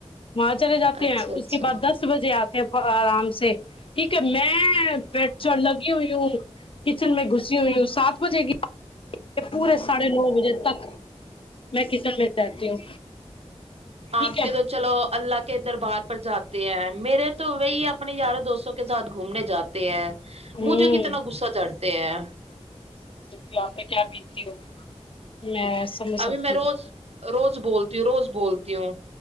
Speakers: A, on the left; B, on the right.
A: وہاں چلے جاتے
B: اچھا
A: ہیں
B: اچھا
A: اس کے بعد دس بجے آتے ہیں آرام سے ٹھیک کہ میں پٹ چڑھ لگی ہوئی ہوں کچن میں گھسی ہوئی ہوں سات بجے گ پورے ساڑھے نو بجے تک میں کچن میں رہتی ہوں ٹھیک
B: آپ
A: ہے
B: کے تو چلو اللہ کے دربار پر جاتے ہیں میرے توو ہی اپنے اروں دوستوں کے ساتھ گھومنے جاتے ہیں
A: ہوں
B: مجھے کتنا غصہ چڑھتے ہیں
A: یہاں پہ کیا بنتی ہوگی میں سمجھ سکتی
B: ابھی میں روز
A: ہوں
B: روز بولتی ہوں روز بولتی ہوں